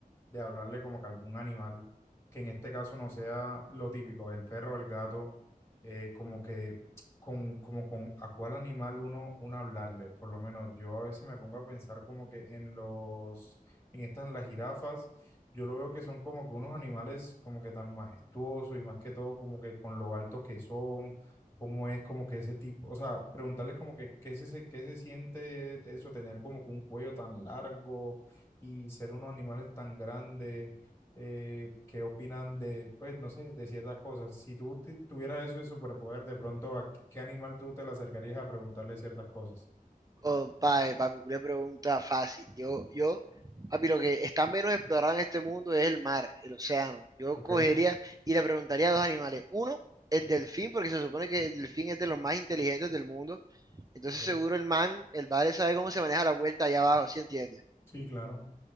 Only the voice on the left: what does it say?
de hablarle como que algún animal, que en este caso no sea lo típico, el perro o el gato, eh, como que con, como con a cuál animal uno, uno hablarle. Por lo menos yo a veces me pongo a pensar como que en los, en estas, en las jirafas, yo lo veo que son como que unos animales como que tan majestuosos y más que todo como que con lo altos que son. cómo es como que ese tipo, o sea, preguntarles como que qué se, qué se siente eso, tener como que un cuello tan largo, y ser unos animales tan grandes, eh, qué opinan de, pues, no sé, de ciertas cosas. Si tú te- tuvieras eso de superpoder, de pronto, ¿a qué animal tú te le acercarías a preguntarle ciertas cosas?
Ok,
ok.
Sí, claro.